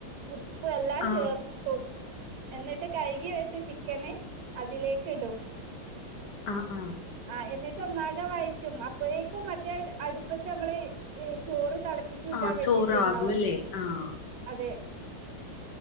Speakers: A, on the right; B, on the left.
A: ഉ പ്പും എല്ലാം
B: ആഹ്
A: ചേർത്തു എന്നിട്ട് കൈകി വെച്ച ചിക്കന് അതിലേക്ക് ഇടും.
B: ആഹ് ആഹ്
A: ആ എന്നി ട്ടൊന്നാകെ വഴറ്റും. അപ്പഴേക്കും മറ്റേ അടുപ്പത്ത് ഞമ്മള് ചോറ് തളപ്പിച്ചുറ്റാൻ
B: ആഹ്
A: വെച്ചിട്ടുണ്ടാവും.
B: ചോറാകും അല്ലേ ആഹ്
A: അതെ